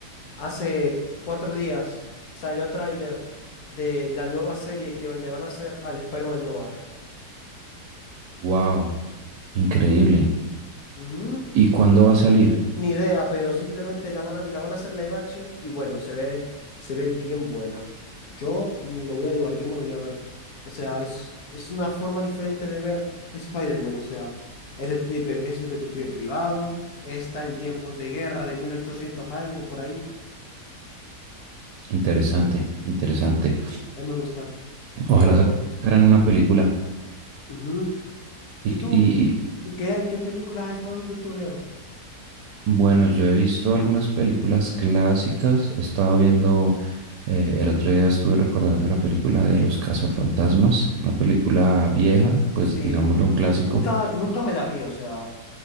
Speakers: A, on the left; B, on the right.
A: Hace cuatro días salió tráiler de la nueva serie que le van a hacer al Spider-Man Noir.
B: Wow, increíble.
A: Ujú.
B: ¿Y cuándo va a salir?
A: Ni idea, pero simplemente la van a, la van a hacer live action y bueno, se ve, se ve bien buena. Yo ni lo voy a dudar, yo me lo voy a ver. O sea, es, es una forma diferente de ver Spider-Man. O sea, es, detective- es un detective privado, está en tiempos de guerra de 1800 algo por ahí.
B: Interesante, interesante.
A: A mí me gusta.
B: Ojalá
A: Quiero.
B: sacaran una película.
A: ujú. ¿Y
B: ¿Y,
A: tú?
B: y,
A: ¿Y qué, qué películas has estado viendo tú, Leo?
B: Bueno, yo he visto algunas películas clásicas. Estaba viendo, eh, el otro día estuve recordando la película de Los Cazafantasmas, una película vieja, pues
A: Sí.
B: digámoslo un clásico.
A: Nunca, nunca me la vi, o sea,